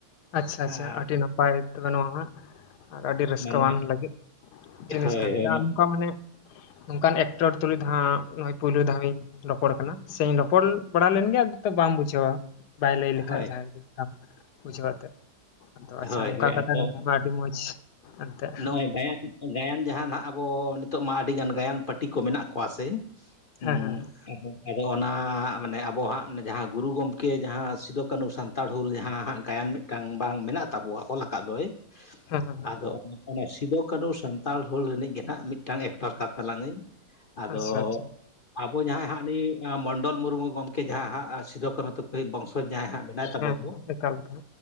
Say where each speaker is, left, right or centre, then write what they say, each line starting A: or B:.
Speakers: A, on the left (about 75°); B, on the left (about 55°).
A: ᱟᱪᱪᱷᱟ ᱟᱪᱪᱷᱟ
B: ᱟᱨ
A: ᱟᱹᱰᱤ ᱱᱟᱯᱟᱭ ᱵᱟᱹᱱᱩᱜᱼᱟ ᱦᱟᱸᱜ ᱟᱨ ᱟᱹᱰᱤ ᱨᱟᱹᱥᱠᱟᱹᱣᱟᱱ
B: ᱢᱟᱱᱮ
A: ᱞᱟᱹᱜᱤᱫ᱾ ᱡᱤᱱᱤᱥ
B: ᱦᱳᱭ
A: ᱠᱟᱱᱟ
B: ᱦᱳᱭ
A: ᱱᱚᱝᱠᱟ ᱢᱟᱱᱮ ᱱᱚᱝᱠᱟᱱ ᱮᱠᱴᱚᱨ ᱛᱩᱞᱩᱡ ᱫᱚ ᱦᱟᱸᱜ ᱯᱩᱭᱞᱳ ᱫᱷᱟᱹᱣ ᱤᱧᱼᱼ ᱨᱚᱯᱚᱲ ᱠᱟᱱᱟ ᱥᱮᱧ ᱨᱚᱯᱚᱲ ᱵᱟᱲᱟ ᱞᱮᱱᱜᱮᱭᱟ ᱛᱮ ᱵᱟᱢ ᱵᱩᱡᱷᱟᱹᱣᱟ᱾ ᱵᱟᱭ ᱞᱟᱹᱭ ᱞᱮᱠᱷᱟᱡ
B: ᱦᱳᱭ
A: ᱡᱟᱦᱟᱸᱭ᱾ ᱵᱩᱡᱷᱟᱹᱣᱟ ᱮᱱᱛᱮᱫ ᱠᱟᱛᱮ ᱟᱫᱚ ᱟᱪᱪᱷᱟ
B: ᱦᱳᱭ
A: ᱱᱚᱝᱠᱟ
B: ᱦᱳᱭ
A: ᱠᱟᱛᱷᱟ
B: ᱟᱫᱚ
A: ᱠᱟᱱᱟᱢᱟ ᱟᱹᱰᱤ ᱢᱚᱸᱡᱽ᱾ ᱮᱱᱛᱮᱫ
B: ᱱᱚᱜᱼᱚᱭ ᱜᱟᱭᱟᱱ ᱜᱟᱭᱟᱱ ᱡᱟᱦᱟᱸ ᱱᱟᱜ ᱟᱵᱚ ᱱᱤᱛᱚᱜ ᱢᱟ ᱟᱹᱰᱤ ᱜᱟᱱ ᱜᱟᱭᱟᱱ ᱯᱟᱹᱴᱤ ᱠᱚ ᱢᱮᱱᱟᱜ ᱠᱚᱣᱟ ᱥᱮ, ᱦᱩᱸ
A: ᱦᱮᱸ ᱦᱮᱸ
B: ᱟᱫᱚ, ᱟᱫᱚ ᱚᱱᱟ ᱢᱟᱱᱮ ᱟᱵᱚ ᱦᱟᱸᱜ ᱡᱟᱦᱟᱸ ᱜᱩᱨᱩ ᱜᱚᱢᱠᱮ ᱡᱟᱦᱟᱸ ᱥᱤᱫᱩ ᱠᱟᱹᱱᱩ ᱥᱟᱱᱛᱟᱲ ᱦᱩᱞ ᱡᱟᱦᱟᱸ ᱦᱟᱸᱜ ᱜᱟᱭᱟᱱ ᱢᱤᱫᱼᱼ ᱢᱤᱫᱴᱟᱝ ᱵᱟᱝ ᱢᱮᱱᱟᱜ ᱛᱟᱵᱚᱣᱟ ᱚᱞ ᱟᱠᱟᱫ ᱫᱚᱭ
A: ᱦᱮᱸ ᱦᱮᱸ ᱦᱮᱸ
B: ᱟᱫᱚᱼᱼ ᱚᱱᱟ ᱥᱤᱫᱩ ᱠᱟᱹᱱᱩ ᱥᱟᱱᱛᱟᱲ ᱦᱩᱞ ᱨᱤᱱᱤᱡ ᱜᱮ ᱱᱟᱦᱟᱜ ᱢᱤᱫᱴᱟᱝ ᱮᱠᱴᱚᱨ ᱠᱟᱱ ᱛᱟᱞᱟᱝ ᱟᱹᱧ᱾ ᱟᱫᱚᱼᱼ
A: ᱟᱪᱪᱷᱟ ᱟᱪᱪᱷᱟ
B: ᱟᱵᱚ ᱡᱟᱦᱟᱸᱭ ᱦᱟᱸᱜ ᱱᱤ ᱢᱚᱱᱰᱚᱞ ᱢᱩᱨᱢᱩ ᱵᱚᱢᱠᱮ ᱡᱟᱦᱟᱸᱭ ᱦᱟᱸᱜ ᱥᱤᱫᱩ ᱠᱟᱹᱱᱩ ᱛᱚ ᱦᱳᱭ ᱵᱚᱝᱥᱚ ᱡᱟᱦᱟᱸᱭ ᱦᱟᱸᱜ ᱢᱮᱱᱟᱭ ᱛᱟᱵᱚᱛ
A: ᱦᱮᱸ ᱦᱮᱸ
B: ᱵᱚ
A: ᱮᱠᱟᱞ ᱜᱮ᱾